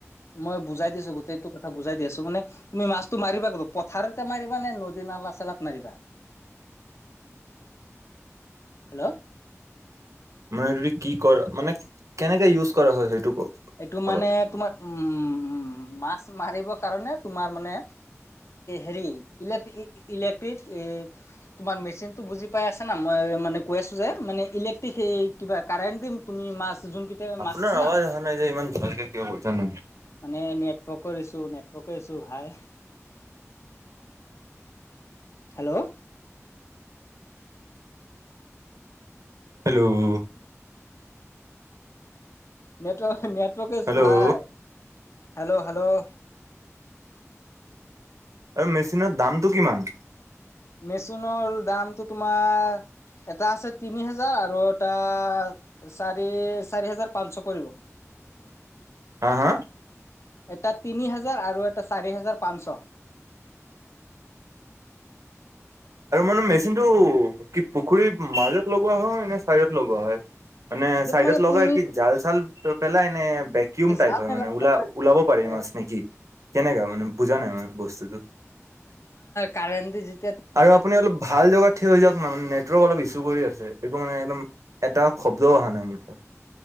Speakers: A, on the left; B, on the right.
A: মই বুজাই দিছো গোটেইটো কথা বুজাই দি আছো। ত মানে তুমি মাছটো মাৰিবা গ'ল পথাৰতে মাৰিবা নে নদী নালা চালাত মাৰিবা। হেল্ল'।
B: মানে সেইটোদি কি কৰা মানে কেনেকে ইউজ কৰা হয় সেইটো। কওক
A: এইটো
B: আগত
A: মানে তোমাৰ উম উ মাছ। মাৰিবৰ কাৰণে তোমাৰ মানে হেৰি ইলেক্ট্ৰ ইলেক্ট্ৰিক। তোমাৰ মেচিনতটো বুজি পাই আছে না মই মানে কৈ আছো যে মানে ইলেক্ট্ৰিক স কিবা কাৰেণ্ট দিম। তুমি মাছ যোনকেইটা
B: আপোনাৰ
A: মাছ আছে
B: আৱাজ
A: না।
B: অহা নাই যে ইমান ভালকে কিয় কৈছা ন।
A: মানে নেটৱৰ্কৰ ইছো নেটৰ্। শ কৈছো ভাই। হেল্ল',
B: হেল্ল',
A: <inaudible> নেটৱ নেটৱৰ্ককেইছো
B: হেল্ল'
A: ভাই। হেল্ল', -হেল্ল',
B: আৰু মেচিনৰ দামটো কিমান?
A: মেচুনৰ দামটো তোমাৰ এটা আছে তিনি হেজাৰ আৰু এটা চাৰি -চাৰি হেজাৰ পাঁচচ পৰিব। <inaudible>
B: হা -হা।
A: এটা তিনি হাজাৰ আৰু এটা চাৰি হাজাৰ পাঁচছ। <inaudible>
B: আৰু মানে মেচিন টো কি পুখুৰীৰ মাজত লগোৱা হয় নে চাইডত লগোৱা হয়? মানে চাইডত
A: মানে
B: লগাই
A: তুমি
B: কি জাল -চাল পেলাই নে ভেকিউম
A: যাব
B: টাইপ হয়
A: নালাগে
B: মানে ওলা
A: যাব
B: -ওলাব
A: নালাগে
B: পাৰি মাছ নেকি। কেনেকা মানে বুজা নাই মই বস্তুটো
A: কাৰেণ্ট দি যিট
B: আৰু আপুনি অলপ ভাল জগাত থিয় হৈ যাওক না মানে নেটৱৰ্ক অলপ ইচ কৰি আছে একো মানে একদম এটা শব্দও আহা নাই মানে এটা